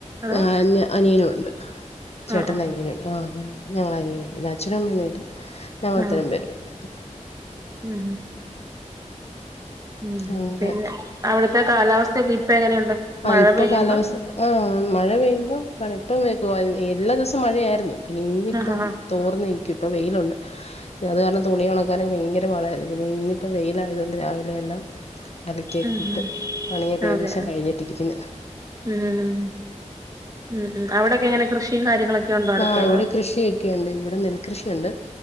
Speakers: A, on the right (about 30°); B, on the left (about 55°).
A: അതോ
B: ആഹ് അനിയനുണ്ട് ചേട്ടൻ്റെഅനിയനുണ്ട്
A: ആ ആ ആ
B: ആഹ് അങ്ങന ഞങ്ങളെ അനിയനുണ്ട് അച്‌ഛനും അമ്മയും ഇല്ല ഞങ്ങൾ
A: ആ
B: അത്രം
A: ആ
B: പേരുണ്ട്
A: ഉം ഉം
B: അങ്ങനെ
A: പിന്നെ അവിടുത്തെ കാലാവസ്ഥക്കെ ഇപ്പ എങ്ങനെയുണ്ട്
B: ആ
A: മഴ
B: ഇപ്പൊ
A: പെയ്യുമ്പം
B: കാലാവസ്ഥ ആ മഴ പെയ്യുമ്പോ പണിപ്പം വക്ക എല്ലാ ദിവസവും മഴയായിരുന്നു പിന്നെ ഇന്നിപ്പം
A: ആ ആ
B: തോർന്ന് നിൽക്കും ഇപ്പം വെയിലുണ്ട് അത് കാരണം തുണി ഉണക്കാനൊക്കെ ഭയങ്കര പാടായിരുന്നു പിന്നെ ഇനിയിപ്പ വെയിലയതുകൊണ്ട് രാവിലെ എല്ലാം അലക്കിയക്കിയിട്ട്
A: ഉം ഉം
B: പണിയൊക്കെ ഏകദേശം
A: അതെ
B: കഴിഞ്ഞിട്ടിരിക്കുന്നു
A: ഉം ഉ ഉംം ഉം ഉം അവിടെക്കെ എങ്ങനെ കൃഷിയും കാര്യങ്ങളൊക്കെ ഉണ്ടോ അടുത്ത്
B: ആഹ്
A: അതോ
B: ഇവിടെ കൃഷിയൊക്കെയുണ്ട് ഇവിടെ നെൽകൃഷിയുണ്ട്